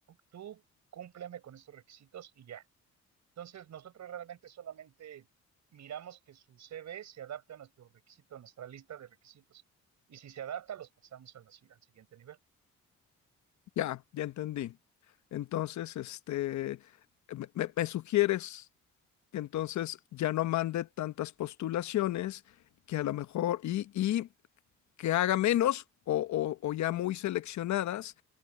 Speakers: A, on the right (about 65°); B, on the left (about 70°).
A: Tú cúmpleme con estos requisitos y ya. Entonces, nosotros realmente solamente miramos que su CV se adapte a nuestro requisito, a nuestra lista de requisitos. Y si se adapta, los pasamos a la si- al siguiente nivel.
B: Ya, ya entendí. Entonces, este, me, me- me sugieres que entonces ya no mande tantas postulaciones, que a lo mejor, y, y que haga menos o, o o ya muy seleccionadas,